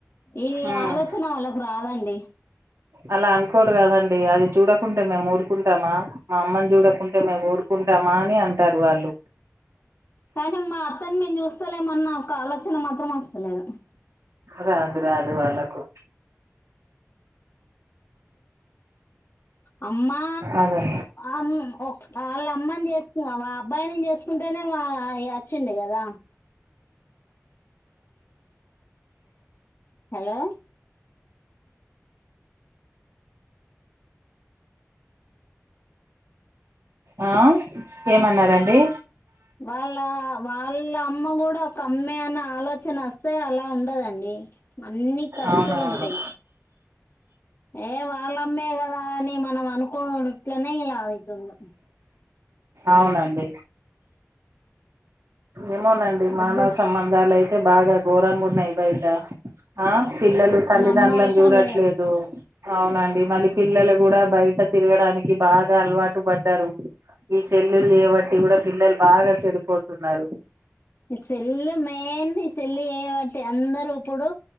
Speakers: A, on the left; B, on the right.
A: ఈ
B: ఉమ్
A: ఆలోచన వాళ్ళకు రాదండి
B: అలా అనుకోరు కదండి అది చూడకుంటే మేము ఊరుకుంటామా మా అమ్మని చూడకుంటే మేము ఊడుకుంటా ంటమా అని అంటారు వాళ్ళు
A: కానీ మా అత్తని మేము చూస్తలేమన్నా ఒక ఆలోచన మాత్రం అస్తలేదు
B: రాదు రాదు వాళ్ళకు
A: అమ్మా
B: అదే
A: అమ్ వాళ్ళ అమ్మని చేసుకు ఆ అబ్బాయిని చేసుకుంటే వా ఇ అచ్చింది కదా హలో
B: ఆ ఏమన్నారండి
A: వాళ్ళ వాళ్ళ అమ్మ కూడా కమ్మే అన్న ఆలోచన అస్తే అలా ఉండదండి అన్నిీ కరెక్ట్గా
B: అవునవును
A: ఉంటాయి ఏ వాళ్ళుమ్మే కదా అని మనం అనుకోన్నట్లనే ఇలా అయితుంది
B: అవునండి ఏమోనండి మానవ
A: వద్దు
B: సంబంధాలు అయితే బాగా ఘోరంగా ఉన్నాయి బయట ఆ పిల్లలు తల్లిదండ్రులను
A: నమ్మవశం
B: చూడట్లేదు
A: లేదు
B: అవునండి మళ్ళీ పిల్లలు కూడా బయట తిరగడానికి బాగా అలవాటు పడ్డారు ఈ సెల్లులు చేబట్టి కూడా పిల్లలు బాగా చెడిపోతున్నారు
A: ఈ సెల్లు మెయిన్ ఈ సెల్ చేయబట్టి అందరుూ ఇప్పుడు